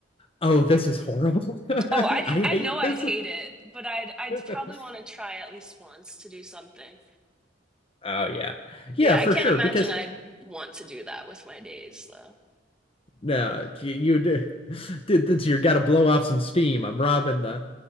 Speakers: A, on the left; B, in the centre.
A: oh, this is horrible. <laughs> I,
B: Oh, I'd
A: I hate
B: I know I'd
A: this.
B: hate it, but I'd I'd
A: <laughs>
B: probably want to try at least once to do something.
A: Oh yeah.
B: But
A: Yeah,
B: yeah,
A: for
B: I can't
A: sure.
B: imagine
A: Because
B: I'd want to do that with my days though.
A: No, you, you did. This, you got to blow off some steam. I'm robbing the.